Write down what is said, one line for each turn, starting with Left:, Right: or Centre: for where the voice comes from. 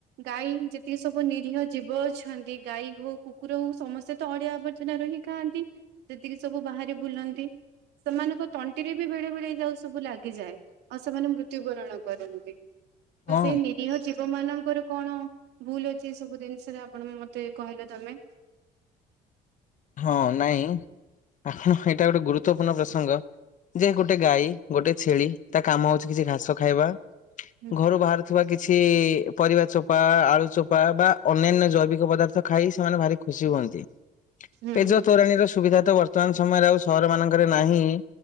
Right: ଗାଈ ଯେତିକି ସବୁ ନିରୀହ ଜୀବ ଅଛନ୍ତି ଗାଈ ହଉ କୁକୁର ହଉ ସମସ୍ତେ ତ ଅଳିଆ ଆବର୍ଜନା ରହିି ଖାଆନ୍ତି ସେତିକି ସବୁ ବାହାରେ ବୁଲନ୍ତି ସେମାନଙ୍କ ତଣ୍ଟିରେ ବେଳେ ବେଳେ ଯାଉ ସବୁ ଲାଗିଯାଏ। ଆଉ ସେମାନେ ମୃତ୍ୟୁବରଣ କରନ୍ତି। ତ
Left: ହଁ
Right: ସେଇ ନିରୀହ ଜୀବ ମାନ ଙ୍କର କଣ ଭୁଲ ଅଛି ଏ ସବୁ ଜିନିଷରେ? ଆପଣ ମତେ କହିଲେ ତମେ।
Left: ହଁ। ନାଇଁ। <unintelligible> ଏଇଟା ଗୋଟେ ଗୁରୁତ୍ୱପୂର୍ଣ୍ଣ ପ୍ରସଙ୍ଗ ଯେ ଗୋଟେ ଗାଈ ଗୋଟେ ଛେଳି ତା କାମ ହଉଛି କିଛି ଘାସ ଖାଇବା।
Right: ହୁଁ
Left: ଘରୁ ବାହାରୁଥିବା କି କିଛି ପରିବା ଚୋପା, ଆଳୁ ଚୋପା ବା ଅନ୍ୟାନ୍ୟ ଜୈବିକ ପଦାର୍ଥ ଖାଇ ସେମାନେ ଭାରି ଖୁସି ହୁଅନ୍ତି।
Right: ହୁଁ
Left: ପେଜ
Right: ହୁଁ
Left: ତୋରାଣୀ ର ସୁବିଧା ତ ବର୍ତ୍ତମାନ ସମୟରେ ଆଉ ସହର ମାନଙ୍କରେ ନାହିଁ।